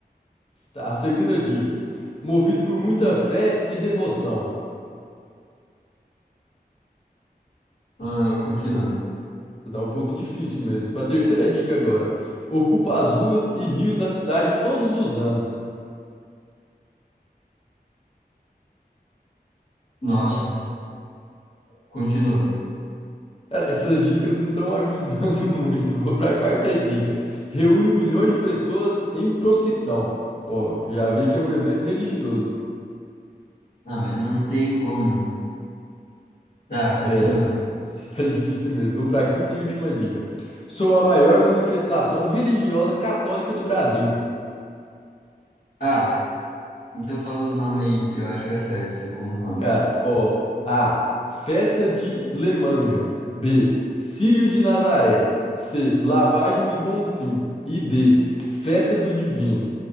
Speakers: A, on the left (about 35°); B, on the left (about 65°).
A: Tá, a segunda dica, movido por muita fé e devoção.
B: Ah, continua.
A: Essa Tá um pouco difícil mesmo. Pra terceira dica agora, ocupa as ruas e rios da cidade todos os anos.
B: Nossa, continua.
A: Cara, essas dicas não estão ajudando <laughs> muito. Vou pra quarta dica, reúne milhões de pessoas em procissão. Ó, já vi que é um evento religioso.
B: Ah, mas não tem como. Tá, continua.
A: É, <laughs> tá difícil mesmo. Vou para a quinta e última dica. Sou a maior manifestação religiosa católica do Brasil.
B: Ah, então fala os nomes aí. Eu acho que eu acerto esse com o nome.
A: Cara, ó, A. Festa de Lemanja. B. Círio de Nazaré. C. Lavagem do Bonfim. E D. Festa do Divino.